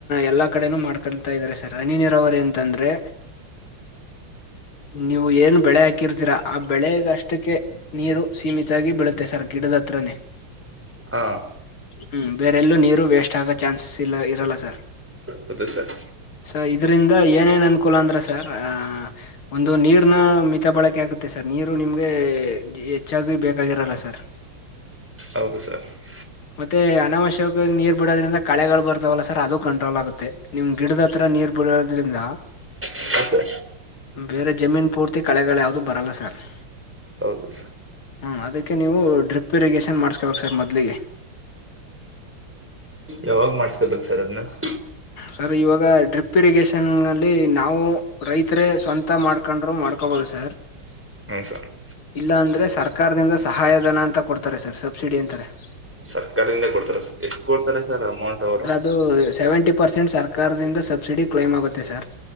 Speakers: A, on the left (about 70°); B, in the centre.
A: ಎಲ್ಲಾ ಕಡೆನೂ ಮಾಡ್ಕತಾ ಇದಾರೆ ಹನಿನೀರಾವರಿ ಅಂತ ಅಂದ್ರೆ ನೀವು ಏನ್ ಬೆಳೆ ಹಾಕಿರ್ತೀರಾ ಆ ಬೆಳೆಗ ಅಷ್ಟಕ್ಕೆ. <inaudible> ನೀರು ಸೀಮಿತಾಗಿ ಬೀಳುತ್ತೆ ಸರ್ ಗಿಡದ ಹತ್ರನೇ, <inaudible>
B: ಆ <inaudible>
A: ಹೂ ಬೇರೆಲ್ಲೂ ನೀರು ವೇಸ್ಟ್ ಆಗೋ ಚಾನ್ಸಸ್ ಇಲ್ಲ ಇರಲ್ಲ ಸರ್ <inaudible>
B: ಹೌದು ಸರ್
A: ಸರ್ ಇದರಿಂದ ಏನೇನ್ ಅನುಕೂಲ ಅಂದ್ರೆ ಸರ್ ಅ <inaudible> ಒಂದು ನೀರ್ನ ಮಿತ ಬಳಕೆ ಆಗುತ್ತೆ ಸರ್ ನೀರು ನಿಮಗೆ. <inaudible> ಹೆಚ್ಚಾಗಿ ಬೇಕಾಗಿರೋಲ್ಲ ಸರ್. <inaudible>
B: ಹೌದು ಸರ್. <inaudible>
A: ಮತ್ತೆ ಅನವಶ್ಯಕವಾಗಿ ನೀರ್ ಬಿಡೋದ್ರಿಂದ <inaudible> ಕಳೆಗಳು ಬರ್ತಾವಲ್ಲ ಸರ್ ಅದು ಕಂಟ್ರೋಲ್ ಆಗುತ್ತೆ ನಿಮ್ಮ ಗಿಡದ ಹತ್ರ ನೀರ್ ಬಿಡೋದ್ರಿಂದ <inaudible>
B: <inaudible>
A: ಬೇರೆ ಜಮೀನ್ ಪೂರ್ತಿ ಕಳೆಗಳು ಯಾವದು ಬರಲ್ಲ ಸರ್. <inaudible>
B: ಹೌದು ಸರ್ <inaudible>
A: ಹೂ ಅದಕ್ಕೆ ನೀವು ಡ್ರಿಪ್ ಇರಿಗೇಷನ್ ಮಾಡಸ್ಕೊಬೇಕು ಸರ್ ಮೊದಲಿಗೆ <inaudible>
B: ಯಾವಾಗ ಮಾಡಸಕೊಬೇಕು ಸರ್ ಅದನ್ನ <inaudible>
A: ಸರ್ ಇವಾಗ ಡ್ರಿಪ್ ಇರಿಗೇಷನ್ ನಲ್ಲಿ ನಾವು ರೈತರೇ ಸ್ವಂತ ಮಾಡ್ಕೊಂಡ್ರು ಮಾಡ್ಕೋಬಹದು ಸರ್ <inaudible> <inaudible>
B: ಹೂ ಸರ್ <inaudible>
A: ಇಲ್ಲ ಅಂದ್ರೆ ಸರ್ಕಾರದಿಂದ ಸಹಾಯ ಧನ ಅಂತ ಕೊಡ್ತಾರೆ ಸರ್ ಸಬ್ಸಿಡಿ ಅಂತಾರೆ. <inaudible>
B: ಸರ್ಕಾರದಿಂದ ಕೊಡ್ತಾರ ಸರ್ ಎಷ್ಟು ಕೊಡ್ತಾರೆ ಸರ್ ಅಮೌಂಟ್ ಅವರು? <inaudible>
A: ದು ಸೆವೆಂಟಿ ಪರ್ಸೆಂಟ್ ಸರ್ಕಾರದಿಂದ ಸಬ್ಸಿಡಿ ಕ್ಲೈಮ್ ಆಗುತ್ತೆ ಸರ್.